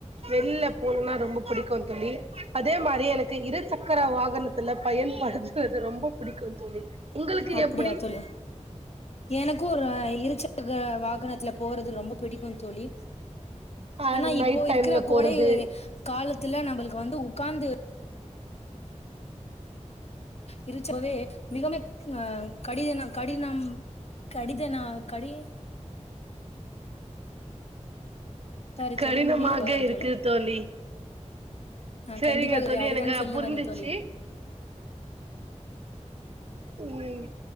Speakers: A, on the right; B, on the left.
A: வெளில போணும்னா ரொம்ப புடிக்கும் தோழி அதே மாரி எனக்கு இரு சக்கர வாகனத்துல பயன்படுத்துறது ரொம்ப புடிக்கும் தோழி உங்களுக்கு
B: அப்டியா
A: எப்டி
B: தோழி எனக்கு ஒரு இருசக்கர வாகனத்துல போறது ரொம்ப பிடிக்கும் தோழி
A: அ
B: ஆனா
A: நைட்
B: இப்போ
A: டைம்ல
B: இருக்ககுற
A: போறது
B: கோடை காலத்துல நம்மளுக்கு வந்து உக்காந்து இருச்சவே மிக மிக கடியன கடினம் கடிதனா கடி சாரி
A: கடினமாக
B: தோழி மீண்டும் வரேன்
A: இருக்கு தோழி
B: ஆ
A: செரிங்க
B: கண்டிப்பாக
A: தோழி
B: அதுதான்
A: எனக்கு
B: சொல்ல
A: புரிஞ்சிச்சு
B: வந்தேன் தோழி
A: ம்